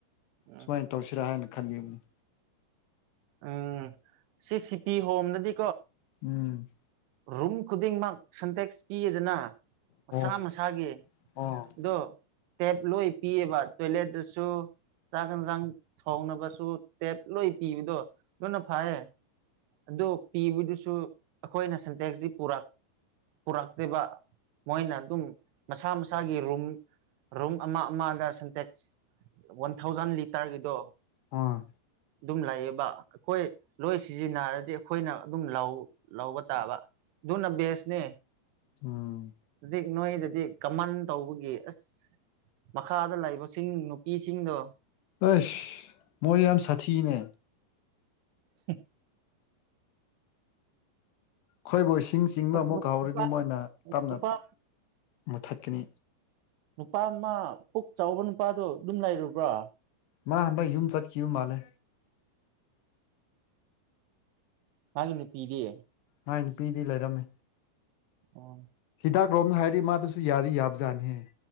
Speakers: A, on the right; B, on the left.
A: ꯎꯝ
B: ꯁꯨꯃꯥꯏꯅ ꯇꯧꯁꯤꯔꯥ ꯍꯥꯏꯅ ꯈꯜꯂꯤꯕꯅꯤ
A: ꯎꯝ ꯁꯤ ꯁꯤ ꯄꯤ ꯍꯣꯝꯗꯗꯤ
B: ꯎꯝ
A: ꯔꯨꯝ ꯈꯨꯗꯤꯡꯃꯛ ꯁꯟꯇꯦꯛꯁ ꯄꯤꯌꯦꯗꯅ ꯃꯁꯥ
B: ꯑꯣ
A: ꯃꯁꯥꯒꯤꯗꯣ
B: ꯑꯣ
A: ꯇꯦꯞ ꯂꯣꯏ ꯄꯤꯌꯦꯕ ꯇꯣꯏꯂꯦꯠꯇꯁꯨ ꯆꯥꯛ ꯌꯦꯟꯁꯥꯡ ꯊꯣꯡꯅꯕꯁꯨ ꯇꯦꯠ ꯂꯣꯏ ꯄꯤꯕꯗꯣ ꯑꯗꯨꯅ ꯐꯩꯌꯦ ꯑꯗꯨ ꯄꯤꯕꯗꯨꯁꯨ ꯑꯩꯈꯣꯏꯅ ꯁꯤꯟꯇꯦꯛꯇꯤ ꯄꯨꯔꯛ ꯄꯨꯔꯛꯇꯦꯕ ꯃꯣꯏꯅ ꯑꯗꯨꯝ ꯃꯁꯥꯥ ꯃ ꯃꯁꯥꯒꯤ ꯔꯨꯝ ꯔꯨꯝ ꯑꯃ ꯑꯃꯗ ꯁꯦꯟꯇꯦꯛꯁ ꯋꯥꯟ ꯊꯥꯎꯖꯟ ꯂꯤꯇꯔꯒꯤꯗꯣ
B: ꯑꯥ
A: ꯑꯗꯨꯝ ꯂꯩꯌꯦꯕ ꯑꯩꯈꯣꯏ ꯂꯣꯏ ꯁꯤꯖꯤꯟꯅꯔꯗꯤ ꯑꯩꯈꯣꯏꯅ ꯑꯗꯨꯝ ꯂꯧ ꯂꯧꯕ ꯇꯕ ꯑꯗꯨꯅ ꯕꯦꯁꯅꯦ
B: ꯎꯝ
A: ꯍꯧꯖꯤꯛ ꯅꯣꯏꯗꯗꯤ ꯀꯃꯟ ꯇꯧꯕꯒꯤ ꯑꯁ ꯃꯈꯥꯗ ꯂꯩꯕꯁꯤꯡ ꯅꯨꯄꯤꯁꯤꯡꯗꯣ
B: ꯑꯁ ꯃꯣꯏ ꯌꯥꯝ ꯁꯥꯊꯤꯅꯦ
A: ꯍꯨ
B: ꯑꯈꯣꯏꯕꯨ ꯏꯁꯤꯡ ꯆꯤꯡꯕ ꯑꯃꯨꯛꯀ
A: ꯅꯨꯄꯥ
B: ꯍꯧꯔꯗꯤ ꯃꯣꯏꯅ ꯇꯞꯅ
A: ꯅꯨꯄꯥ
B: ꯃꯨꯊꯠꯀꯅꯤ
A: ꯅꯨꯄꯥ ꯑꯃ ꯄꯨꯛ ꯆꯥꯎꯕ ꯅꯨꯄꯥꯗꯣ ꯌꯨꯝ ꯂꯩꯔꯨꯕ꯭ꯔꯣ
B: ꯃꯥ ꯍꯟꯗꯛ ꯌꯨꯝ ꯆꯠꯈꯤꯕ ꯃꯥꯂꯦ
A: ꯃꯥꯒꯤ ꯅꯨꯄꯤꯗꯤ
B: ꯃꯥꯏ ꯅꯨꯄꯤꯗꯤ ꯂꯩꯔꯝꯅꯤ
A: ꯑꯣ
B: ꯍꯤꯗꯥꯛ ꯂꯣꯝꯗ ꯍꯥꯏꯔꯤ ꯃꯥꯗꯨꯁꯨ ꯌꯥꯔꯤ ꯌꯥꯕꯖꯥꯠꯅꯦꯍꯦ